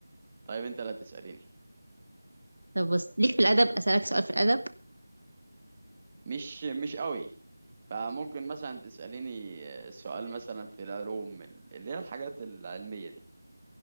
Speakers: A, on the right (about 25°); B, on the right (about 80°).
A: طيب انت لا تسأليني
B: <laughs> طب بص ليك في الأدب أسألك سؤال في الأدب
A: مش مش قوي فممكن مثلا تسأليني سؤال مثلا في العلوم اللي هي الحاجات العلمية دي